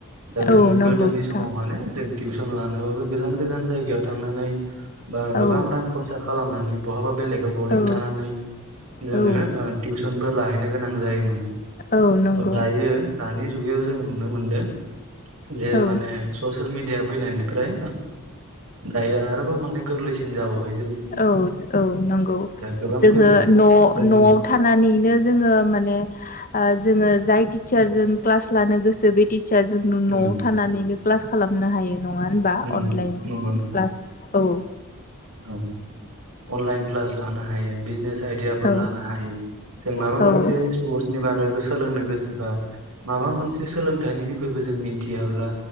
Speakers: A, on the right (about 70°); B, on the left (about 40°).
A: दा जोङो
B: औ नंगौ
A: गोदोनि
B: नोंथां
A: समाव माने जों टिउसन लानोबाबो गोजान गोजान जायगायाव थांनानै बा गोबां
B: औ
A: रां खरसा खालामनानै बहाबा बेलेगाव बरडं
B: औ
A: थानानै जोङो
B: औ
A: ओ टिउसनफोर लाहैनो गोनां जायोमोन।
B: औ नंगौ
A: दायो दानि जोबनायाव नुनो मोनदों जे
B: औ
A: माने ससेल मिदियानि फैनायनिफ्राय दायो आरोबाव माने गोरलैसिन जाबोबाय।
B: औ औ नंगौ
A: गोबां
B: जोङो
A: फैबाय
B: न'
A: जोङो
B: न'आव थानानैनो जोङो माने ओ जोङो जोय टिसारजों क्लास लानो गोसो बे टि जों
A: उम
B: न'आव थानानैनो क्लास खालामनो हायो। नङा होनबा
A: नंगौ
B: अनलाइन
A: नंगौ नोंथां
B: क्लास औ
A: औ अनलाइन क्लास लानो हायो बिजनेस आइदियाफोर
B: औ
A: लानो हायो जों माबा
B: औ
A: मोनसे स्पर्सनि बागैबो सोलोंनो गोसोबा माबा मोनसे सोलोंथाइनि बिखयबो जों जों मिथियाब्ला